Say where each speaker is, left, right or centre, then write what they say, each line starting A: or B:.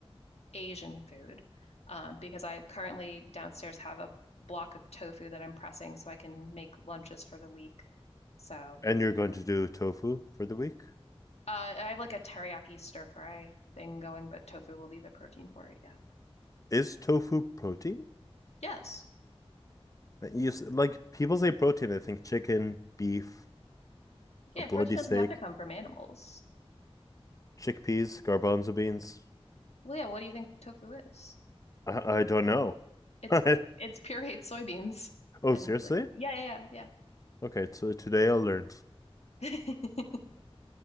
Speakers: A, on the left; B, on the left.
A: Asian food, um, because I currently downstairs have a block of tofu that I'm pressing so I can make lunches for the week. So
B: And you're going to do tofu for the week?
A: Uh, I have like a teriyaki stir fry thing going, but tofu will be the protein for it. Yeah.
B: Is tofu protein?
A: Yes.
B: Uh, You s- like people say protein, I think chicken, beef,
A: Yeah,
B: a bloody
A: protein
B: steak,
A: doesn't have to come from animals.
B: chickpeas, garbanzo beans.
A: Well, yeah, what do you think tofu is?
B: I, I don't know.
A: It's
B: <laughs>
A: it's pureed <laughs> soybeans
B: Oh,
A: and
B: seriously?
A: like yeah, yeah, yeah.
B: Okay, so today I learned.
A: yeah.